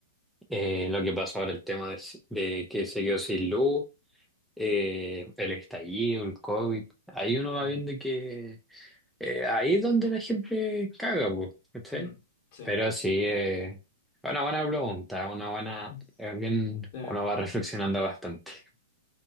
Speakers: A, in the centre; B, on the left.
A: eh, lo que pasó ahora, el tema de, de que se quedó sin luz, eh, el estallido, el COVID, ahí uno va
B: Mm.
A: viendo que eh, ahí es donde la gente caga, pues, ¿cachai?
B: Mm. Sí.
A: Pero sí, eh, una buena pregunta, una buena,
B: Mm.
A: eh, bien,
B: Sí.
A: uno va reflexionando bastante.